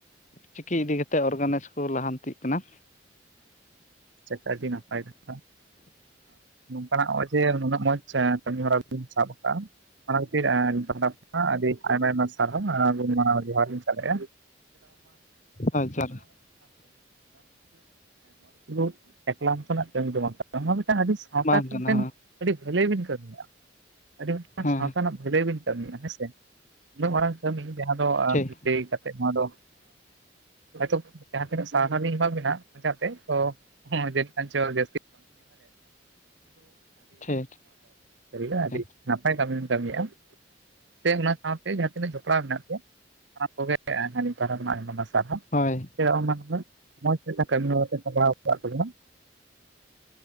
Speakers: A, on the left (about 40°); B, on the right (about 80°).
A: ᱪᱤᱠᱤ ᱤᱫᱤ ᱠᱟᱛᱮᱫ ᱚᱨᱜᱟᱱᱟᱭᱤᱡᱽ ᱠᱚ ᱞᱟᱦᱟᱱᱛᱤᱜ ᱠᱟᱱᱟ᱾
B: ᱪᱟᱠ ᱟᱹᱰᱤ ᱱᱟᱯᱟᱭ ᱠᱟᱛᱷᱟ ᱱᱚᱝᱠᱟᱱᱟᱜ ᱱᱚᱜ ᱡᱮ ᱱᱩᱱᱟᱹᱜ ᱢᱚᱸᱡᱽ ᱠᱟᱹᱢᱤ ᱦᱚᱨᱟ ᱵᱤᱱ ᱥᱟᱵ ᱠᱟᱜ-ᱟ ᱚᱱᱟ ᱠᱷᱟᱹᱛᱤᱨ ᱟᱞᱤᱧ ᱯᱟᱦᱚᱴᱟ ᱠᱷᱚᱱ ᱟᱰᱤ ᱟᱭᱢᱟ ᱟᱭᱢᱟ ᱥᱟᱨᱦᱟᱶ ᱟᱨ ᱜᱩᱱ ᱢᱟᱱᱟᱣ ᱞᱤᱧ ᱡᱚᱦᱟᱨ ᱞᱤᱧ ᱪᱟᱞ ᱮᱟ᱾
A: ᱟᱪᱪᱷᱟ
B: <unintelligible> ᱮᱠᱞᱟ ᱢᱚᱛᱚᱱ ᱟᱜ ᱠᱟᱹᱢᱤ ᱫᱚ ᱵᱟᱝ ᱱᱚᱣᱟ ᱢᱤᱫᱴᱟᱝ ᱟᱹᱰᱤ ᱥᱟᱶᱛᱟ
A: ᱵᱟᱝ ᱠᱟᱱᱟ
B: ᱢᱤᱫᱴᱮᱱ ᱟᱹᱰᱤ ᱵᱷᱟᱹᱞᱟᱹᱭ ᱵᱤᱱ ᱠᱟᱹᱢᱤᱭᱮᱫ-ᱟ ᱟᱹᱰᱤ ᱢᱤᱫᱟᱝ
A: ᱦᱮᱸ
B: ᱥᱟᱶᱛᱟ ᱨᱮᱱᱟᱜ ᱵᱷᱟᱹᱞᱟᱹᱭ ᱵᱤᱱ ᱠᱟᱹᱢᱤᱭᱮᱫ-ᱟ ᱦᱮᱸ ᱥᱮ ᱩᱱᱟᱹᱜ ᱢᱟᱨᱟᱝ ᱠᱟᱹᱢᱤ ᱡᱟᱦᱟᱸ ᱫᱚ
A: ᱴᱷᱤᱠ
B: ᱞᱟᱹᱭ ᱠᱟᱛᱮ ᱱᱚᱣᱟ ᱫᱚ ᱦᱚᱭ ᱛᱚ ᱡᱟᱦᱟᱸ ᱛᱤᱱᱟᱹᱜ ᱥᱟᱨᱦᱟᱣ ᱞᱤᱧ ᱮᱢᱟ ᱵᱤᱱᱟᱹ ᱢᱚᱪᱟ ᱛᱮ ᱛᱚ <unintelligible> ᱟᱹᱰᱤ ᱜᱟᱱ ᱥᱟᱹᱨᱤ
A: ᱴᱷᱤᱠ
B: ᱜᱮ ᱟᱹᱰᱤ
A: ᱴᱷᱤᱠ
B: ᱱᱟᱯᱟᱭ ᱠᱟᱹᱢᱤ ᱠᱟᱹᱢᱤᱭᱟ-ᱟ᱾ ᱥᱮ ᱚᱱᱟ ᱥᱟᱶᱛᱮ ᱡᱟᱦᱟᱸ ᱛᱤᱱᱟᱹᱜ ᱡᱚᱯᱲᱟᱣ ᱢᱮᱱᱟᱜ ᱠᱳᱭᱟ ᱥᱟᱱᱟᱢ ᱠᱚᱜᱮ ᱟᱞᱤᱧ ᱯᱟᱶᱴᱟ ᱠᱷᱟᱱ ᱟᱜ ᱟᱰᱤ ᱟᱭᱢᱟ ᱥᱟᱨᱦᱟ᱾
A: ᱦᱳᱭ
B: ᱚᱱᱟ ᱢᱚᱡᱽ ᱠᱟᱹᱢᱤ ᱦᱚᱨᱟ ᱠᱚ ᱥᱟᱯᱲᱟᱣ